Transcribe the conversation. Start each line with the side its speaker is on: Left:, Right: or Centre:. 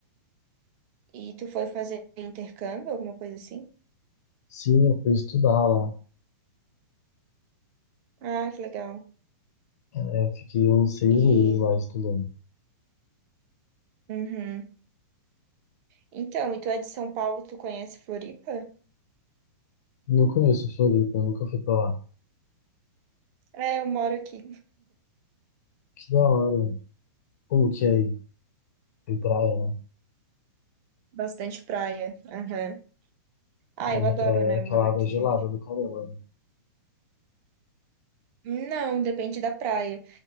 Right: E tu foi fazer intercâmbio, alguma coisa assim?
Left: Sim, eu fui estudar lá.
Right: Ah, que legal.
Left: É, eu fiquei uns seis
Right: E,
Left: meses lá estudando.
Right: uhum. Então, e tu é de São Paulo, tu conhece Floripa?
Left: Não conheço Floripa, eu nunca fui pra lá.
Right: É, eu moro aqui,
Left: Que da hora. Como que é aí? Tem praia, né?
Right: bastante praia. Aham. Ah,
Left: Mas
Right: eu adoro,
Left: a praia
Right: né,
Left: é aquela
Right: morar aqui.
Left: água gelada do caramba, né?
Right: Não, depende da praia.